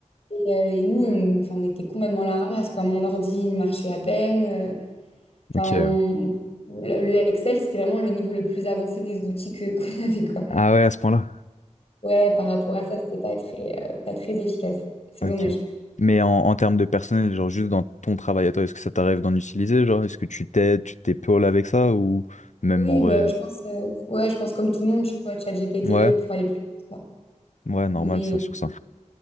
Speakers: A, on the left; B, on the left.
A: Et, euh, et nous, on, enfin, on était complètement à la ramasse, quoi. Mon ordi il marchait à peine. euh, Enfin,
B: Ok.
A: on-
B: ouais.
A: on- le le Excel, c'était vraiment le niveau le plus avancé des outils que <laughs> qu'on avait, quoi.
B: Ah ouais, à ce point-là.
A: Ouais, par rapport à ça, c'était pas très, euh, pas très efficace. C'est
B: Ok.
A: dommage.
B: Mais en, en termes de personnel, genre juste dans ton travail à toi, est-ce que ça t'arrive d'en utiliser? Genre, est-ce que tu t'aides, tu t'épaules avec ça ou même
A: Oui,
B: en vrai?
A: bah,
B: euh,
A: je pense, euh, ouais, je pense comme tout le monde, tu vois, ChatGPT
B: Ouais,
A: euh, pour aller plus vite, quoi.
B: ouais, normal
A: Mais
B: ça sur
A: euh,
B: ça.